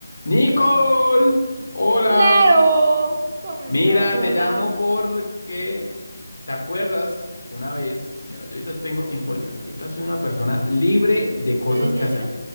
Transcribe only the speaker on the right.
Leo, ¿cómo
estás? Hola.
¿No
¿Eres
libre?